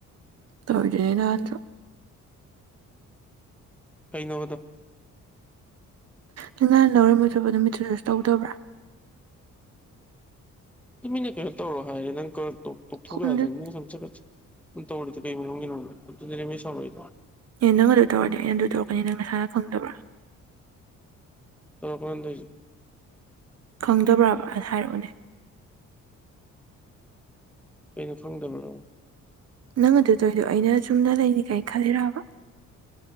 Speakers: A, on the right; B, in the centre.
A: ꯇꯧꯔꯤꯗꯨꯅꯤ ꯅꯍꯥꯟꯖꯨ
B: ꯀꯩ ꯅꯣꯕꯗꯣ
A: ꯅꯪ ꯅꯍꯥꯟ ꯂꯧꯔꯝꯣꯏꯗꯕ ꯅꯨꯃꯤꯠꯇꯖꯁꯨ ꯇꯧꯗꯕ꯭ꯔꯥ
B: ꯑꯗꯨ ꯃꯤꯅ ꯀꯩꯅꯣ ꯇꯧꯔꫭ ꯍꯥꯏꯔꯦ ꯅꯪ <unintelligible>
A: ꯈꯪꯗꯦ
B: ꯌꯥꯗ꯭ꯔ ꯃꯤꯅ ꯁꯨꯝ ꯆꯒꯠ ꯆꯒꯠ ꯇꯧꯔ ꯇ ꯀꯩ ꯃꯤꯅ ꯃꯤ ꯁꯥꯎꯥꯏ
A: ꯑꯦ ꯅꯪ ꯑꯗꯨ ꯇꯧꯔꯗꯤ ꯅ ꯑꯗꯨ ꯇꯧꯔꯛꯀꯅꯤ ꯅꯪ ꯅꯁꯥꯅ ꯈꯪꯗꯕ꯭ꯔꯥ
B: ꯇꯧꯄꯥꯟꯗ
A: ꯈꯪꯗꯕ꯭ꯔꯕꯅ ꯍꯥꯏꯔꯛꯎꯅꯦ
B: ꯀꯩꯅꯣ ꯐꯪꯗꯕ꯭ꯔꯣ
A: ꯅꯪ ꯑꯗꯨꯗꯣꯏꯗꯣ ꯑꯩꯅ ꯆꯨꯝꯅ ꯂꯩꯅꯤ ꯀꯥꯏꯅ ꯈꯜꯂꯤꯔꯕ